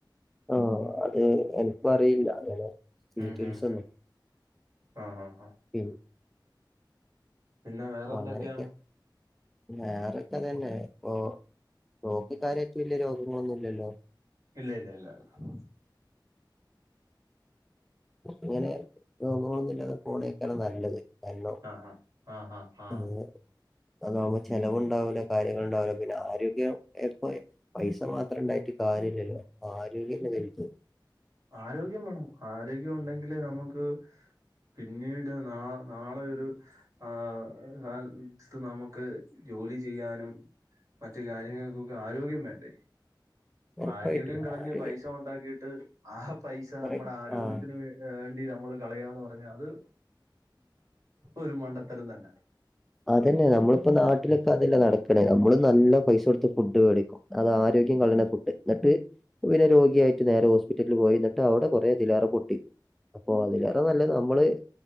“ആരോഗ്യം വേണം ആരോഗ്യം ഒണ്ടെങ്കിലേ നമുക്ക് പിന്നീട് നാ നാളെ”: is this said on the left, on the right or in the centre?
Right